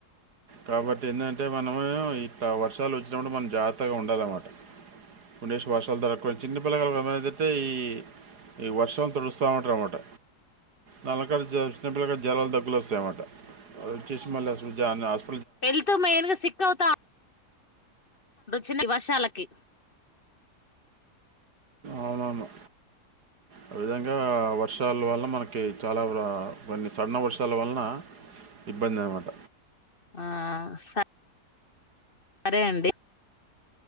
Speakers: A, on the right; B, on the left.
A: కాబట్టి ఏంటంటే మనము ఇ వర్షాలు వచ్చినప్పుడు మనం జా ఉండాలన్నమాట పండేష్ వర్షాలు దొరకకు చిన్నపిల్లగాండ్లు అయితే ఈ ఈ వర్షం తొడుస్తామంటార అన్నమాట నల్లకారు చిినపిల్లగా జలాలు దగ్గులు వస్తాయన్నమాట చిస్మలస్జానాస్
B: వెళ్తూ మేనుగా సిక్కవుతా చిన్న వర్షాలకి
A: అవునను ఆ విధంగా సాల వాాలా మనకి చాలా కొన్ని సడన వర్షాల వలన ఇబ్బంది అనమాట
B: ఆ స సరే అండి